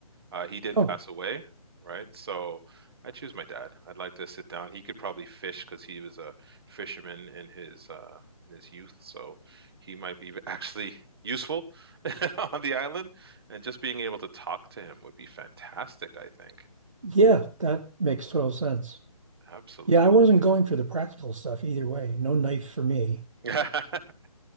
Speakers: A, on the right (about 40°); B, on the right (about 55°).
A: Uh, he did
B: oh,
A: pass away, right? So I choose my dad. I'd like to sit down. He could probably fish because he was a fisherman in his uh, in his youth, so he might be actually useful <laughs> on the island. And just being able to talk to him would be fantastic, I think.
B: yeah, that makes total sense.
A: Absolutely.
B: Yeah, I wasn't going for the practical stuff either way. No knife for me.
A: <laughs>